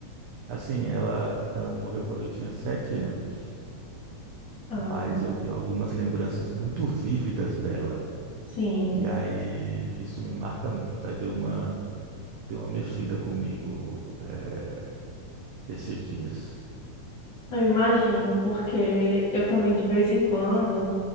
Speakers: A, on the right; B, on the left.
A: Assim, ela, ela morreu quando eu tinha sete anos,
B: Ah,
A: mas eu tenho algumas lembranças muito vívidas dela.
B: sim,
A: E aí isso me marca muito. Aí deu uma, deu uma mexida comigo, eh, esses dias.
B: eu imagino, porque eu também de vez em quando